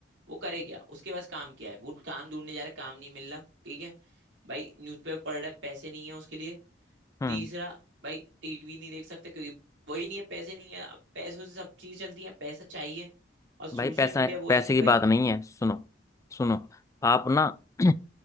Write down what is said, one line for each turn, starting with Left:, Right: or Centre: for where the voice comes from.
Right: वो करे क्या उसके पास काम क्या है वो काम ढूंढने जा रहा है काम नहीं मिल रहा ठीक है भाई न्यूज़पेपर पढ़ रहा है पैसे नहीं है उसके लिए
Left: हम्म
Right: तीसरा भाई टीवी नहीं देख सकता क्योंकि वही नहीं है पैसे नहीं है पैसों से सब चीज चलती है पैसा चाहिए और सोशल
Left: भाई पैसा
Right: मीडिया वो
Left: पैसे
Right: है कि
Left: की बात
Right: भाई
Left: नहीं है सुनो सुनो आप ना <clears throat>